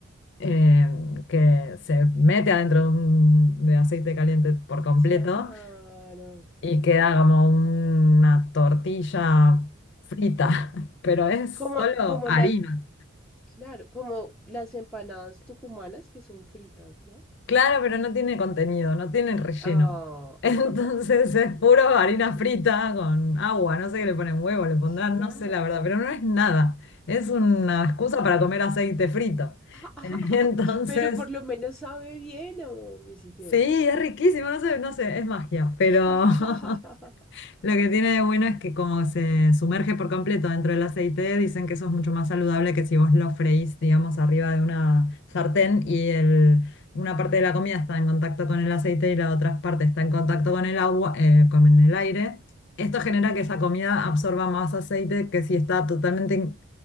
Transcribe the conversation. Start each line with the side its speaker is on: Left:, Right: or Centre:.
Left: eh, que se mete adentro de, un- de aceite caliente por completo
Centre: Claro.
Left: y queda como una tortilla frita, <laughs> pero es
Centre: Como,
Left: solo
Centre: como
Left: harina.
Centre: las, claro, como las empanadas tucumanas que son fritas, ¿no?
Left: Claro, pero no tiene contenido, no tiene relleno.
Centre: Ah,
Left: <laughs> Entonces
Centre: <laughs>
Left: es puro harina frita con agua, no sé qué le ponen huevo, le pondrán,
Centre: claro.
Left: no sé la verdad, pero no es nada. Es una excusa para comer aceite frito.
Centre: <laughs>
Left: <laughs> Entonces,
Centre: Pero por lo menos sabe bien o ni siquiera.
Left: sí, es riquísimo, no sé, no sé, es magia, pero
Centre: <laughs>
Left: <laughs> Lo que tiene de bueno es que como se sumerge por completo dentro del aceite, dicen que eso es mucho más saludable que si vos lo freís, digamos, arriba de una sartén y el, una parte de la comida está en contacto con el aceite y la otra parte está en contacto con el agua, eh, con el aire. Esto genera que esa comida absorba más aceite que si está totalmente in-